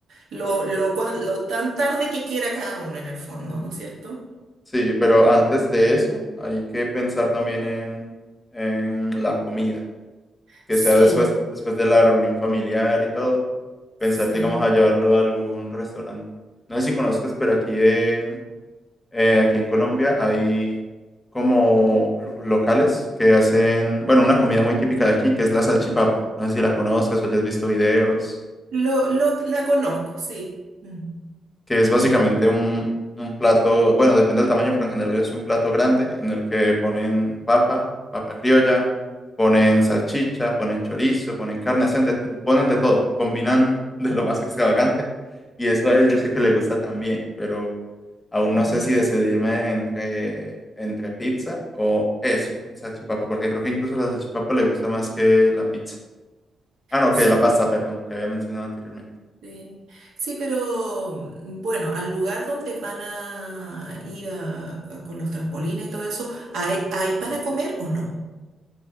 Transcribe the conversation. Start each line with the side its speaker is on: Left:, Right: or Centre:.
Right: lo, lo, cua- lo tan tarde que quiera cada uno en el fondo, ¿no es cierto?
Left: Sí, pero antes de eso hay que pensar también en, en la comida. que
Right: Sí,
Left: sea después, después de la reunión familiar y todo, pensar,
Right: sí.
Left: digamos, a llevarlo a algún restaurante. No sé si conozcas, pero aquí en, eh, aquí en Colombia hay como lo- locales que hacen, bueno, una comida muy típica de aquí, que es la salchipapa. No sé si la conozcas o hayas visto videos.
Right: Lo, lo- la conozco, sí. Mm,
Left: que es básicamente un, un plato, bueno, depende del tamaño, pero en general es un plato grande en el que ponen papa, papa criolla, ponen salchicha, ponen chorizo, ponen carne, hacen de- ponen de todo, combinan <laughs> de lo más extravagante y eso a él yo sé que le gusta también, pero aún
Right: mm.
Left: no sé si decidirme entre, entre pizza o eso, en salchipapa, porque creo que incluso la salchipapa le gusta más que la pizza. Ah, no,
Right: Sí,
Left: que la
Right: pe-
Left: pasta, perdón, que había mencionado anteriormente.
Right: eh, sí, pero mm, bueno, al lugar donde van a ir a- a- con los trampolines y todo eso, ¿hay, hay para comer o no?